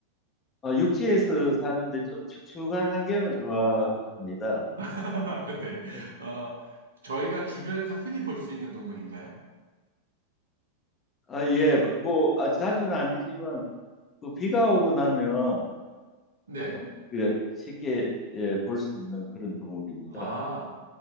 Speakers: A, on the left (about 25°); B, on the right (about 70°).
A: 아, 육지에서 사는데 좀 축축한 환경을 좋아합니다.
B: <laughs> 네.
A: 예.
B: 어, 저희가 주변에서 흔히 볼 수 있는 동물인가요?
A: 아, 예, 뭐, 아, 자주는 아니지만, 그 비가 오고 나면
B: 네.
A: 좀 우리가 쉽게 예, 볼 수 있는 그런 동물입니다.
B: 아,